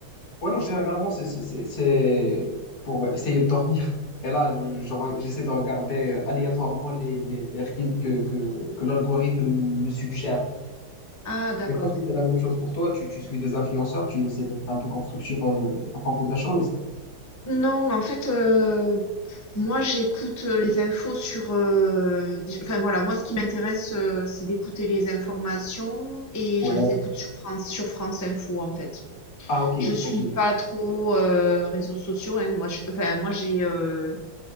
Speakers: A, on the left; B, on the left.
A: Ouais, non, généralement, c'est c'est- c'est- c'est pour essayer de dormir. Et là, je- je re- j'essaie de regarder euh, aléatoirement les, les, les reels que, que, que l'algorithme me suggère.
B: Ah, d'accord.
A: Je sais pas si c'est la même chose pour toi. Tu, tu suis des influenceurs, tu essaies d'être un peu constructif à, à propos de la chose.
B: Non, en fait, euh, moi j'écoute les infos sur... euh, des- enfin voilà, moi ce qui m'intéresse, euh, c'est d'écouter les informations et
A: Ouais.
B: je les écoute sur France, sur France Info en fait.
A: Ah, ok,
B: Je suis
A: ok.
B: pas trop euh, réseaux sociaux, hein. Moi, je- enfin, moi j'ai... euh,